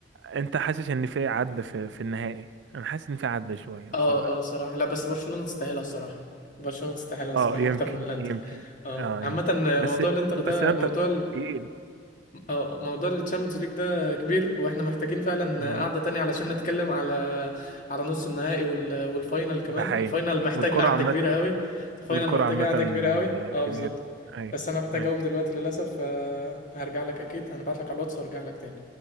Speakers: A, on the right; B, on the left.
A: انت حاسس ان في عدل في, في النهائي انا حاسس ان في عدل شوية بصراحة
B: اه اه صراحة لا بس برشلونة تستاهلها الصراحة برشلونة تستاهلها الصراحة
A: اه يمكن
B: اكتر من الانتر
A: يمكن
B: اه
A: اه
B: عامة
A: يمكن بس
B: موضوع الانتر ده
A: بس انت
B: موضوع ال...
A: تقيل
B: اه موضوع التشامبيونز ليج ده كبير واحنا محتاجين فعلا
A: اه
B: قعدة تانية علشان نتكلم على على نص النهائي وال... والفاينل كمان
A: ده حقيقي
B: الفاينل محتاج
A: والكرة
B: قعدة
A: عامة
B: كبيرة قوي الفاينل
A: والكرة
B: محتاج
A: عامة
B: قعدة كبيرة قوي اه
A: كبيرة
B: بالظبط
A: ايوه
B: بس انا محتاج
A: ماشي
B: اقوم دلوقتي للاسف آه، هرجع لك اكيد هنبعت لك على الواتس وارجع لك تاني